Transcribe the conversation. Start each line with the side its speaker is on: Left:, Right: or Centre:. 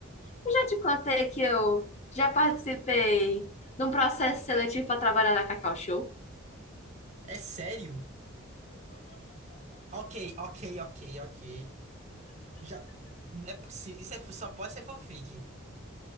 Left: Eu já te contei que eu já participei de um processo seletivo para trabalhar na Cacau Show.
Right: É sério? Ok, ok, ok, ok. Já. Não é possível. Isso é... só pode ser fanfic.